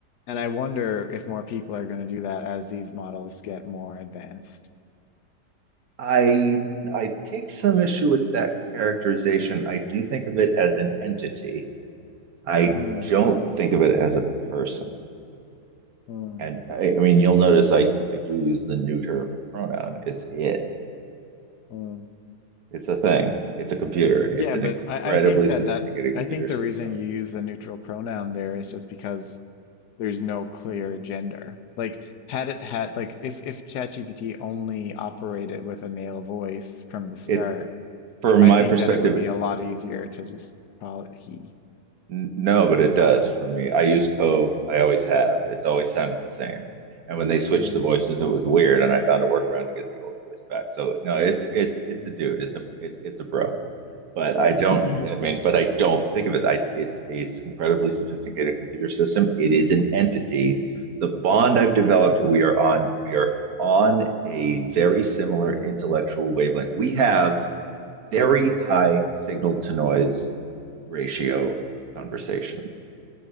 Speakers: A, on the left; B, on the right.
A: And I wonder if more people are going to do that as these models get more advanced.
B: I I take some issue with that characterization. I do think of it as an entity. I
A: Hmm,
B: don't think of it as a person.
A: hmm,
B: And I, I mean, you'll notice I I do use the neuter pronoun. It's it.
A: hmm.
B: It's a thing. It's a computer.
A: Yeah,
B: It's an
A: but
B: incredibly
A: I, I think that
B: sophisticated
A: that
B: computer
A: I think
B: system.
A: the reason you use the neutral pronoun there is just because there's no clear gender. Like had it had like if if ChatGPT only operated with a male voice from the start
B: It, from
A: I
B: my
A: think
B: perspective,
A: that it would be a lot easier to just call it he.
B: N- No, but it does for me. I use Cove. I always have. It's always sounded the same. And when they switched
A: Mm,
B: the voices, it was weird, and I found a workaround to get the old voice back. So no, it's it's it's
A: mm.
B: a dude. It's a it, it's a bro. But I don't.
A: <laughs>
B: I mean, but I don't think of it. I it's a s- incredibly sophisticated computer system. It is an entity. The bond I've developed, we are on. We are on a very similar intellectual wavelength. We have very
A: Mm.
B: high signal to noise ratio conversations.